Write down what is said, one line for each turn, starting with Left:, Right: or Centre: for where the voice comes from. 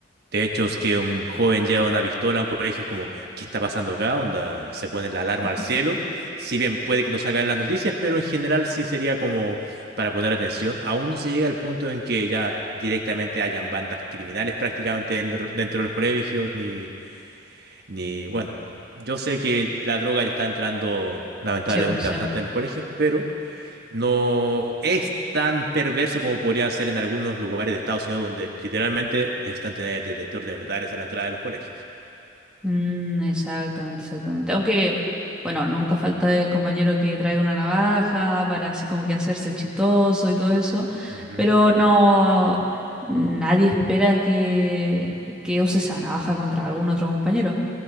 Right: De hecho, es que un joven lleva una pistola a un colegio, es como, ¿qué está pasando acá? Onda, se pone la alarma
Centre: Ujú.
Right: al cielo. Si bien puede que no salga en las noticias, pero en general sí sería como para poner atención. Aún no se llega al punto en que ya directamente hayan bandas criminales prácticamente dentro, dentro de los colegios, ni, ni, bueno, yo sé que la droga ya está entrando lamentablemente
Centre: Sí, vos, siempre.
Right: bastante en los colegios, pero no es tan perverso como podría ser en algunos lugares de Estados Unidos donde literalmente necesitan tener detector de metales a la entrada de los colegios.
Centre: Mm, exactamente, exactamente. Aunque, bueno, nunca falta el compañero que trae una navaja para así como que hacerse el chistoso y todo eso.
Right: Ujú,
Centre: Pero no, nadie espera que, que use esa navaja contra algún otro compañero.